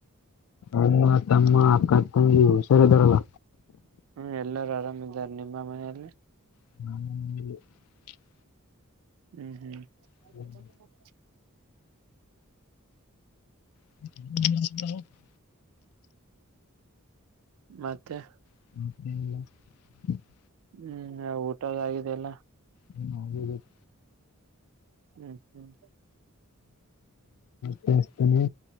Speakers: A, on the left (about 80°); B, on the right (about 75°).
A: ಅಮ್ಮ. ತಮ್ಮ ಅಕ್ಕ ಅ ತಂಗಿ ಹುಷಾರ ಇದಾರಲ್ಲ.
B: ಹ್ಮ್, ಎಲ್ಲರೂ ಆರಾಮಿದ್ದಾರೆ. ನಿಮ್ಮ ಮನೆಯಲ್ಲಿ
A: ನ <unintelligible>
B: ಹ್ಮ್, ಹ್ಮ್
A: <inaudible>
B: ಹ್ಮ <inaudible>
A: ಸ <unintelligible>
B: ಮತ್ತೆ <unintelligible>
A: <inaudible>
B: ಹ್ಮ್, ಊಟದ ಆಗಿದೆಲ್ಲ
A: ಹ್ಮ <unintelligible>
B: ಹ್ಮ್, ಹ್ಮ್
A: ತಾಯಸ್ತಾನನೆ